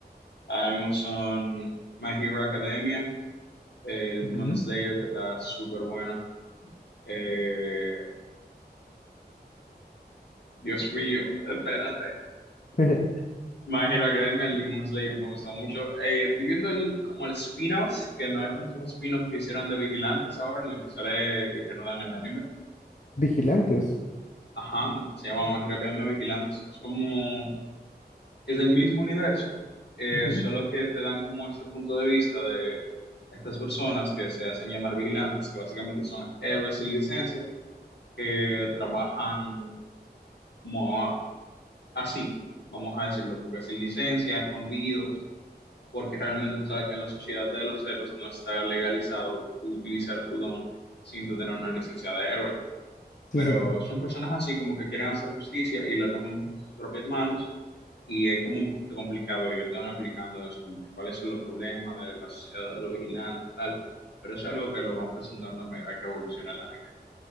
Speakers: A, on the left; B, on the left.
A: Ahora mismo son My Hero Academia, el
B: Ujú.
A: Demon Slayer, que está súper bueno. Eh, Dios mío, espérate.
B: <laughs>
A: Hero Academia, el Demon Slayer me gusta mucho. Eh, estoy viendo el, como el spin-off, que no hay tantos spin-offs que hicieron de Vigilantes ahora, en lo que sale y reanudan el anime.
B: Vigilantes.
A: Ajá, se llama My Hero Academia Vigilantes. Es como, es del mismo universo, eh,
B: Ujú.
A: solo que te dan como este punto de vista de estas personas que se hacen llamar vigilantes, que básicamente son héroes sin licencia, que trabajan como así, vamos a decirlo, como que sin licencia, escondidos porque realmente tú sabes que en la sociedad de los héroes no está legalizado utilizar tu don sin tú tener una licencia de héroe.
B: Sí,
A: Pero
B: sí, sí.
A: son personas así como que quieren hacer justicia y la toman bajo sus propias manos y es como un poquito complicado. Y yo estaba explicando eso, como que cuáles son los problemas de la sociedad de los vigilantes y tal. Pero es algo que lo van presentando a me- a que evoluciona el anime.